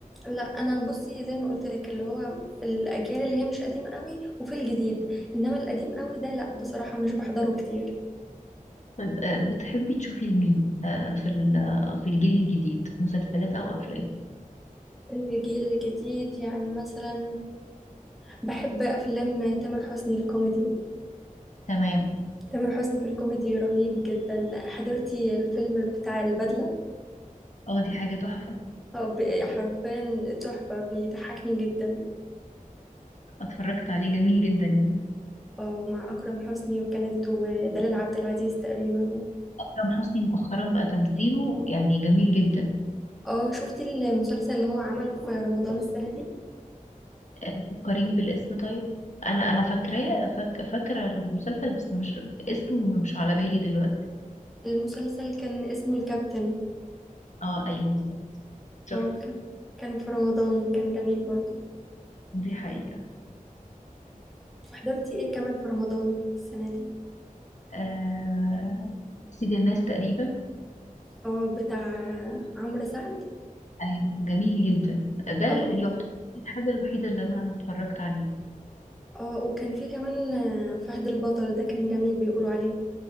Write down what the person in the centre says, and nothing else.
لا انا بصي زي ما قلت لك اللي هو في الاجيال اللي هي مش قديمه قوي وفي الجديد انما القديم قوي ده لا بصراحه مش بحضره كتير
في الجيل الجديد يعني مثلا بحب افلام تامر حسني الكوميدي
تامر حسني في الكوميدي رهيب جدا حضرتي الفيلم بتاع البدله
آه، ب- حرفيا تحفه بيضحكني جدا
اه مع اكرم حسني وكانت ودلال عبد العزيز تقريبا
اه شفتي المسلسل اللي هو عمله في رمضان السنه دي
المسلسل كان اسمه الكابتن
اه كان كان في رمضان كان جميل برضو
حضرتي ايه كمان في رمضان السنة دي
اه بتاع عمرو سعد
اه
اه وكان في كمان آه، فهد البطل ده كان جميل بيقولوا عليه